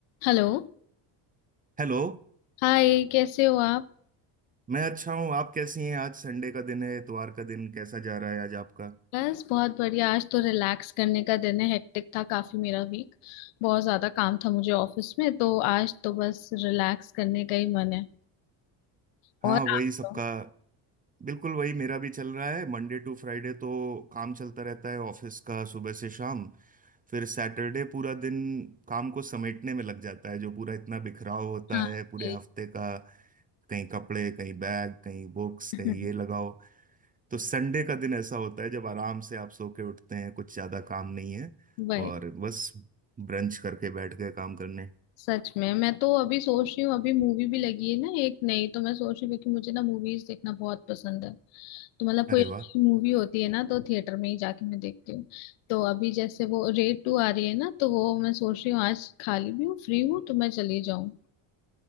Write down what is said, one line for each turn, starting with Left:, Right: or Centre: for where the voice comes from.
Left: Hello
Right: Hello
Left: Hi कैसे हो आप
Right: मैं अच्छा हूँ आप कैसी हैं आज संडे का दिन है इतवार का दिन कैसा जा रहा है आज आपका
Left: बस बहुत बढ़िया आज तो रिलैक्स करने का दिन है हेक्टिक था काफी मेरा वीक बहुत ज्यादा काम था मुझे ऑफिस में तो आज तो बस रिलैक्स करने का ही मन है और
Right: हाँ वही
Left: आप
Right: सबका
Left: तो
Right: बिल्कुल वही मेरा भी चल रहा है मंडे टू फ्राइडे तो काम चलता रहता है ऑफिस का सुबह से शाम फिर सैटरडे पूरा दिन काम को समेटने में लग जाता है जो पूरा इतना बिखराव होता
Left: हाँ
Right: है पूरे
Left: वही
Right: हफ्ते का कहीं कपड़े कहीं बैग कहीं बुक्स
Left: <laughs>
Right: कहीं ये लगाओ तो संडे का दिन ऐसा होता है जब आराम से आप सो के उठते हैं कुछ ज्यादा काम नहीं है
Left: वही
Right: और बस ब्रंच करके बैठ गए काम करने
Left: सच में मैं तो अभी सोच रही हूँ, अभी मूवी भी लगी है ना एक नई, तो मैं सोच रही हूँ, क्योंकि मुझे ना मूवीज देखना बहुत पसंद है, तो मतलब कोई
Right: अरे
Left: अच्छी
Right: वाह
Left: मूवी होती है ना तो थिएटर में ही जाके मैं देखती हूँ तो अभी जैसे वो रेड टू आ रही है ना तो वो मैं सोच रही हूँ आज खाली भी हूँ फ्री हूँ तो मैं चली जाऊँ